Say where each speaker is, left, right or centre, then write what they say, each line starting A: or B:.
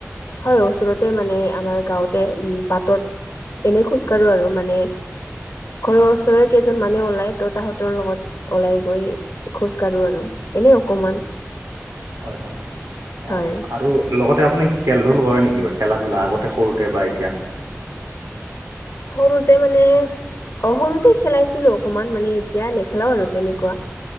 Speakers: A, on the left; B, on the right.
A: হয় ওচৰতে মানে আমাৰ গাঁওতে উ বাটত এনে খোজ কাঢ়ো আৰু মানে ঘৰৰ ওচৰৰে কেইজন মানে ওলাই ত তাহাঁতৰ লগত ওলাই গৈ খোজ কাঢ়ো আৰু এনে অকমান
B: হয় হয় অ
A: হয়
B: আৰু লগতে আপুনি খেল ধূল কৰে নেকি বা খেলা ধূলা আগতে সৰুতে বা এতিয়া
A: সৰুতে মানে অ সৰুতে খেলাইছিলো অকমান মানে এতিয়া নেখেলাও আৰু তেনেকোৱা।